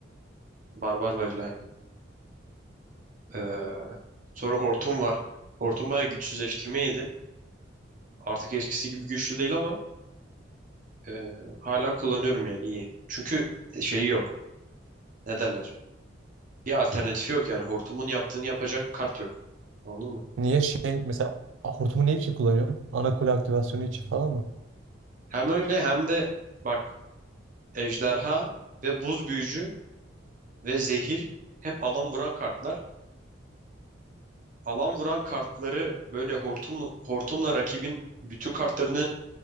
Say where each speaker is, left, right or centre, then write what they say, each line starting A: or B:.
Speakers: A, on the right (about 45°); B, on the right (about 75°).
A: Barbar var aynen. E, sonra Hortum var. Hortum bayağı güçsüzleştirme yedi. Artık eskisi gibi güçlü değil ama e, hala kullanıyorum yani iyi. Çünkü e, şeyi yok. Ne derler? Bir alternatifi yok yani. Hortumun yaptığını yapacak kart yok. Anladın mı?
B: Niye şey mesela a, hortumu ne için kullanıyorsun? Ana kule aktivasyonu için falan mı?
A: Hem öyle hem de bak ejderha ve buz büyücü ve zehir hep alan vuran kartlar. Alan vuran kartları böyle hortum, hortumla rakibin bütün kartlarını